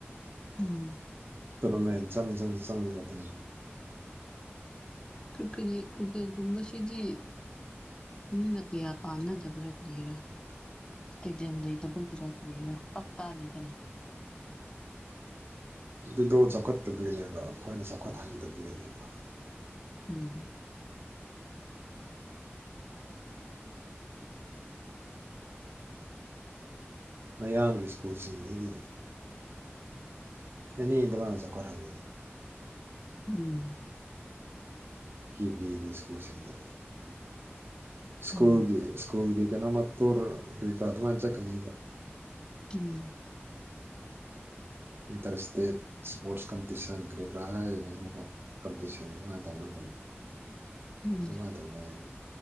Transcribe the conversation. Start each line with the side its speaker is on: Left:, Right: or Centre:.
Left: ꯎꯝ
Right: ꯇꫭꯔꯅꯃꯦꯟ ꯆꯪ ꯆꯪ ꯆꯪꯉꯗꯅ
Left: ꯀꯔꯤꯀꯅꯦꯛ ꯀꯔꯤꯀꯦꯠ ꯀꯨꯝꯕ ꯁꯤꯗꯤ ꯃꯤꯅ ꯀꯌꯥ ꯄꯥꯟꯅꯗꯕ꯭ꯔꯥ ꯀꯔꯤꯔ ꯇꯤꯗꯤꯝ ꯂꯩꯇꯕꯒꯤꯔ ꯀꯔꯤꯔ ꯄꯥꯛ ꯇꯥꯗꯦꯗꯅ
Right: ꯑꯗꯨꯗꯣ ꯆꯥꯎꯈꯠꯀꯗꯨꯅꯦꯕ ꯑꯩꯈꯣꯏꯅ ꯆꯥꯎꯈꯠꯍꯟꯕꯗꯨꯅꯦꯕ
Left: ꯎꯝ
Right: ꯃꯌꯥꯡꯒꯤ ꯏꯁ꯭ꯀꯨꯜꯁꯤꯡꯁꯤꯗꯤ ꯑꯦꯅꯤ ꯑꯗꯨꯃꯥꯏ ꯆꯥꯎꯈꯠ ꯍꯜꯂꯦ
Left: ꯎꯝ
Right: ꯀꯤꯕꯦꯒꯤ ꯏꯁ꯭ꯀꯨꯜꯁꯤꯡꯗ ꯏꯁ꯭ꯀꯨꯜꯒꯤ
Left: ꯎꯝ
Right: ꯏꯁꯀꯨꯜꯒꯤꯗꯅ ꯇꯨꯔ ꯀꯔꯤꯔꯥ ꯑꯗꯨꯃꯥꯏ ꯆꯠꯀꯅꯦꯕ
Left: ꯎꯝ
Right: ꯏꯟꯇꯔꯁ ꯇꯦꯠ ꯏꯁꯄꯣꯔꯁ ꯀꯝꯄꯤꯇꯤꯁꯟ ꯀꯔꯤꯀꯔꯥ ꯍꯥꯏꯔꯅꯤꯅꯀꫭ ꯀꯝꯄꯤꯇꯤ ꯁꯟ ꯑꯗꯨꯃꯥꯏ ꯇꯧꯅꯗꫭꯏꯕ
Left: ꯎꯝ ꯎꯝ
Right: ꯑꯗꯨꯃꯥꯏ ꯇꯧꯅꯩ